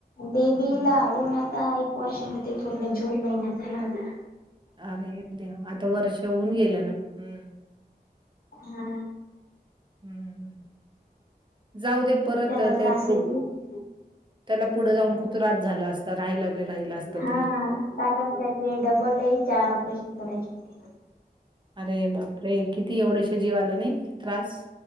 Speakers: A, on the left (about 65°); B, on the right (about 30°).
A: बेबीला
B: हं.
A: हुन आता एक वर्ष होते पूर्ण जून महिन्यात झाला होता.
B: अरे देवा, आता वर्ष होऊन गेलं ना. हम्
A: हा.
B: हम्म, जाऊ दे परत
A: त्याला
B: ते
A: त्रास
B: प्रूप
A: आहे खूप
B: त्याला पुढं जाऊन खूप त्रास झाला असता, राहिला बि राहिला असता
A: हा
B: तरी.
A: कारण त्याचे डबलई चार ऑपरेशन करायचे होते.
B: अरे बाप रे, किती एवढेशा जीवाला नही, त्रास.